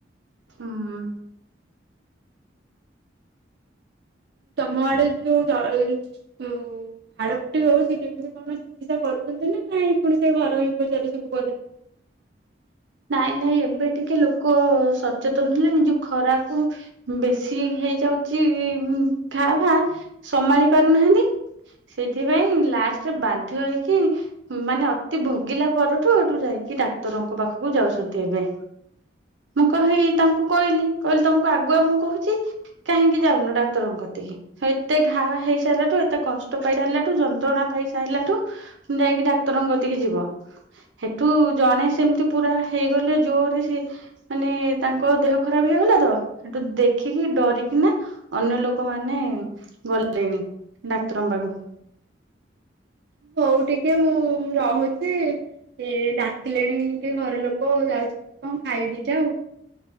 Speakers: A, on the right; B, on the right.
A: ହଁ
B: ତମ ଆଡ଼େ ଯୋଉ ଦଳ ହାଡ଼ ଫୁଟି ହୋଉଛି କେମିତି କଣ? ଚିକିତ୍ସା କରୁଛନ୍ତି ନା ନାଇଁ ପୁଣି ସେଇ ଘରୋଇ ଉପଚାର ସବୁ କରୁ
A: ନାଇଁ ନାଇଁ ଏବେ ଟିକେ ଲୋକ ସଚେତନ ହେଲେ ନିଜ ଖରାକୁ ବେଶୀ ହେଇଯାଉଛି ଘା ଫା ସମାଳି ପାରୁନାହାନ୍ତି। ସେଥିପାଇଁ ଲାଷ୍ଟରେ ବାଧ୍ୟ ହେଇକି ମାନେ ଅତି ଭୋଗିଲା ପରଠୁ ଏଠୁ ଯାଇକି ଡାକ୍ତରଙ୍କ ପାଖକୁ ଯାଉଛନ୍ତି ଏବେ। ମୁଁ କହି ତାଙ୍କୁ କହିଲି କହିଲି ତମକୁ ଆଗୁଆ ମୁଁ କହୁଛି। କାହିଁକି ଯାଉନୁ ଡକ୍ତର କତିକି? ହେତେ ଘା ହେଇ ସାଇଲାଠୁ ଏତେ କଷ୍ଟ ପାଇ ସାଇଲାଠୁ ଯନ୍ତ୍ରଣା ପାଇ ସାଇଲାଠୁ ଯାଇକି ଡାକ୍ତରଙ୍କ କତିକି ଯିବ ହେଠୁ ଜଣେ ସେମିତି ପୁରା ହେଇଗଲେ ଜୋରେ ସେ ମାନେ ତାଙ୍କ ଦେହ ଖରାପ ହେଇଗଲା ତ ହେଠୁ ଦେଖିକି ଡରିକି ନା ଅନ୍ୟ ଲୋକମାନେ ଗଲେ ଡାକ୍ତରଙ୍କ ପାଖକୁ।
B: ହଉ ଟିକେ ମୁଁ ରହୁଛି। ଚି ସେ ଡାକିଲେଣି ଟିକେ ଘର ଲୋକ ଯାଉଛି କଣ ଖାଇ ଦିଟା ଆଉ।